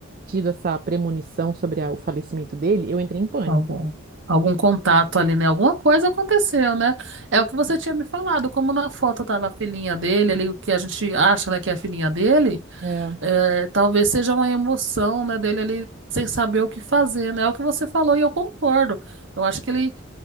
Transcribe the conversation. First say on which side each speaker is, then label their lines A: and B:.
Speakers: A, on the right; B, on the right.
A: tido essa premonição sobre a- o falecimento dele, eu entrei em pânico.
B: Algum, algum contato ali, né? Alguma coisa aconteceu, né? É o que você tinha me falado, como na foto tava a filhinha dele, ali, o que a gente acha, né, que é a filhinha dele,
A: É,
B: é, talvez seja uma emoção, né, dele ali sem saber o que fazer, né? É o que você falou e eu concordo. Eu acho que ele,